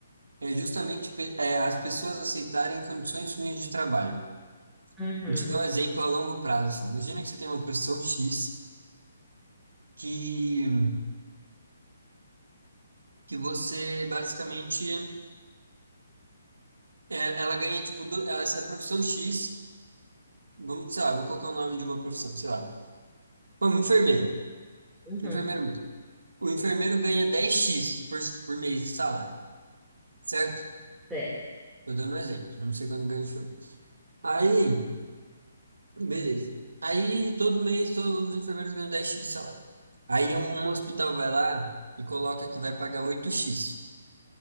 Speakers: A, on the right; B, in the centre.
A: é justamente pe- é, as pessoas aceitarem condições ruins de trabalho.
B: Uhum,
A: Vou te dar um exemplo a longo prazo, assim. Imagina que você tem uma profissão X que, que você basicamente é, ela ganha tipo do, essa profissão X, vamos, sei lá, vou colocar o nome de uma profissão, sei lá. Um enfermeiro,
B: uhum,
A: um enfermeiro mesmo. O enfermeiro ganha dez x por, por mês de salário, certo?
B: é,
A: Tô dando um exemplo, não sei quando ganha o enfermeiro. Aí, beleza. Aí, todo mês, todos os enfermeiros ganham dez x de salário. Aí, um, um hospital vai lá e coloca que vai pagar oito x